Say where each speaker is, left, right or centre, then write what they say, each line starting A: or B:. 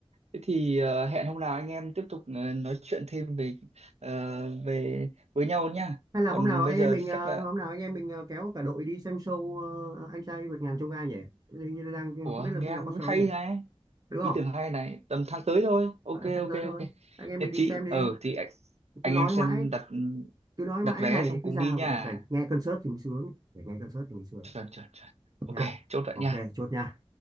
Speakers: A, on the right; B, on the right.
A: thế thì ờ, hẹn hôm nào anh em tiếp tục ờ, nói chuyện thêm về ờ, về với nhau nhá
B: hay là
A: còn
B: hôm nào
A: bây
B: anh
A: giờ
B: em mình
A: thì
B: ờ,
A: chắc là
B: hôm nào anh em mình ờ, kéo cả đội đi xem show ờ, anh trai vượt ngàn chông gai nhỉ Hình như là đang
A: ủa
B: không biết là
A: nghe
B: khi nào có show
A: hay
B: nhỉ
A: này
B: đúng
A: ý
B: không
A: tưởng hay này tầm tháng tới thôi ok
B: phải là tháng
A: ok
B: tới thôi
A: ok
B: anh em
A: nhất
B: mình
A: trí
B: đi xem đi
A: ờ thì anh, anh
B: cứ nói
A: em xem
B: mãi
A: đặt
B: cứ nói
A: đặt
B: mãi
A: vé
B: này
A: xong cùng
B: cứ ra
A: đi nha
B: phải, phải nghe concert thì mới sướng phải nghe concert thì mới sướng
A: chuẩn chuẩn chuẩn ok
B: nha
A: chốt vậy nha
B: ok chốt nha